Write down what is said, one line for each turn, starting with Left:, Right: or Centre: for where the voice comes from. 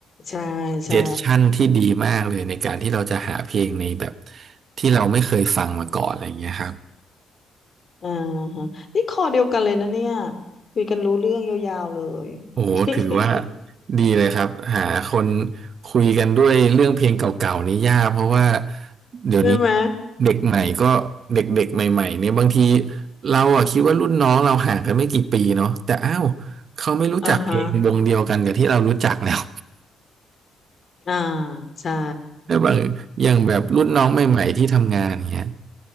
Left: ใช่ใช่
Right: เจสชั่นที่ดีมากเลยในการที่เราจะหาเพลงในแบบที่เราไม่เคยฟังมาก่อนอะไรอย่างเงี้ยครับ
Left: อ่าฮะนี่คอเดียวกันเลยนะเนี่ยคุยกันรู้เรื่องยาวๆเลย
Right: โอ้โหถือว่า
Left: <laughs>
Right: ดีเลยครับหาคนคุยกันด้วยเรื่องเพลงเก่าๆนี่ยากเพราะว่าเดี๋ยวนี้
Left: ใช่ไหม
Right: เด็กใหม่ก็เด็กๆใหม่ๆเนี่ยบางทีเราอะคิดว่ารุ่นน้องเราห่างกันไม่กี่ปีเนาะแต่อ้าวเขาไม่รู้จักเพลงวงเดียวกันกับที่เรารู้จักแล้ว
Left: อ่าฮะอ่าใช่
Right: แล้วบางอย่างแบบรุ่นน้องใหม่ๆที่ทำงานอย่างเงี้ย